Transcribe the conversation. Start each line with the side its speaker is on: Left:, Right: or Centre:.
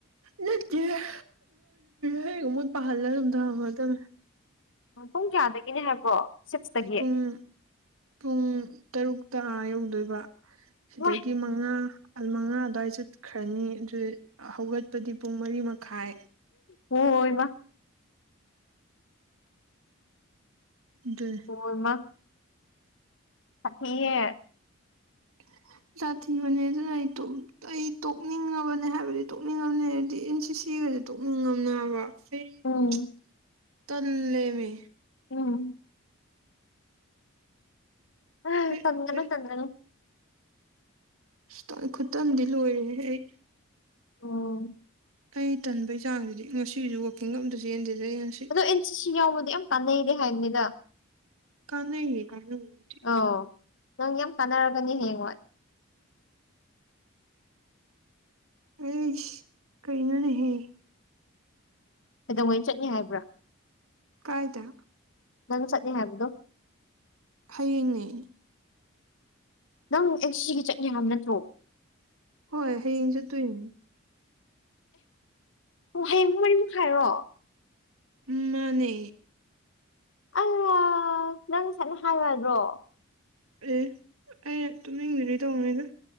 Right: ꯅꯠꯇꯤꯌꯦ <unintelligible> ꯍꯌꯦꯡ ꯑꯃꯣꯏ ꯄꯥꯍꯜꯂ ꯑꯗꯨꯝ ꯊꯝꯃꯗꯕꯅꯦ꯫
Left: ꯎꯝ ꯄꯨꯡ ꯀꯌꯥꯗꯒꯤꯅꯦ ꯍꯥꯏꯕ꯭ꯔꯣ ꯁꯤꯛꯁꯇꯒꯤ
Right: ꯄꯨꯡ ꯄꯨꯡ ꯇꯔꯨꯛꯇ ꯑꯥ ꯌꯧꯗꯣꯏꯕ ꯁꯤꯗꯒꯤ
Left: ꯏꯃꯥꯏ
Right: ꯃꯥ ꯃꯉꯥ ꯑꯥꯜꯃꯉꯥ ꯑꯗꯨ꯭ꯋꯥꯏ ꯆꯠꯈ꯭ꯔꯅꯤ ꯑꯗꯨ ꯍꯧꯒꯠꯄꯗꯤ ꯄꯨꯡ ꯃꯔꯤ ꯃꯈꯥꯏ
Left: ꯍ ꯍꯣꯏ ꯃꯥ
Right: ꯗꯨꯟ
Left: ꯑꯣꯏꯃ ꯄꯥꯛꯊꯤꯌꯦ
Right: <inaudible> ꯇꯥꯊꯤꯕꯅꯦ ꯑꯗꯨꯅ ꯑꯩ ꯇꯨꯝ ꯇꯣ ꯑꯩ ꯇꯣꯛꯅꯤꯡꯉꯕꯅꯦ ꯍꯥꯏꯕꯅꯦ ꯇꯣꯛꯅꯤꯡꯉꯕꯅꯦ ꯍꯥꯏꯗꯤ ꯑꯦꯟ ꯁꯤ ꯁꯤ ꯒꯁꯦ ꯇꯣꯛꯅꯤꯡꯉꯝꯅꯦꯕꯥ ꯑꯩ <unintelligible>
Left: ꯎꯝ
Right: ꯇꯜꯂꯦꯃꯦ
Left: ꯎꯝ ꯑ
Right: ꯍꯦꯛ
Left: ꯇꯟꯒꯅꯨ
Right: ꯍꯦꯛ
Left: ꯇꯟꯒꯅꯨ
Right: ꯑꯁꯇꯟ ꯈꯨꯇꯟꯗꯤ ꯂꯣꯏꯔꯦꯍꯦ ꯑꯩ
Left: ꯑꯣ
Right: ꯑꯩ ꯇꯟꯕꯩ ꯆꯥꯡꯁꯤꯗꯤ ꯉꯁꯤꯁꯨ ꯋꯥꯀꯤꯡ ꯒ ꯑꯝꯇꯥ ꯆꯦꯟꯗꯦꯗ ꯑꯩ ꯉꯁꯤ
Left: ꯑꯗꯣ ꯑꯦꯟ ꯁꯤ ꯁꯤ ꯌꯥꯎꯕꯗꯤ ꯌꯥꯝ ꯀꯥꯟꯅꯩꯔꯦ ꯍꯥꯏꯕꯅꯤꯗ
Right: ꯀꯥꯟꯅꯩꯌꯦ ꯀꯥꯟꯅꯕꯕꯨꯗꯤ
Left: ꯑꯣ ꯅꯪ ꯌꯥꯝ ꯀꯥꯟꯅꯔꯒꯅꯤ ꯍꯌꯦꯡ ꯍꯣꯏ
Right: ꯑꯩꯁ ꯀꯩꯅꯣꯅꯦꯍꯦ
Left: ꯀꯩꯗꯧꯉꯩ ꯆꯠꯅꯤ ꯍꯥꯏꯕ꯭ꯔꯥ
Right: ꯀꯥꯏꯗ
Left: ꯅꯪ ꯆꯠꯅꯤ ꯍꯥꯏꯕꯗꯣ
Right: ꯍꯌꯦꯡꯅꯦ
Left: ꯅꯪ ꯑꯦꯟ ꯁꯤ ꯁꯤꯒꯤ ꯆꯠꯅꯤ ꯍꯥꯏꯕ ꯅꯠꯇ꯭ꯔꯣ
Right: ꯍꯣꯏ ꯍꯌꯦꯡ ꯆꯠꯇꯨꯏꯅꯤ
Left: ꯑꯣ ꯍꯌꯦꯡꯃꯨ ꯃꯔꯤꯃꯨꯛꯈꯥꯏꯔꯣ
Right: ꯎꯝꯃꯥꯅꯦ
Left: ꯑ ꯅꯪ ꯁꯥꯏꯅ ꯍꯥꯏꯌꯨꯌꯥꯗ꯭ꯔꯣ
Right: ꯑꯦ ꯑꯩ ꯇꯨꯝꯅꯤꯡꯕꯤꯗꯨꯢ ꯇꯧꯕꯅꯤꯗ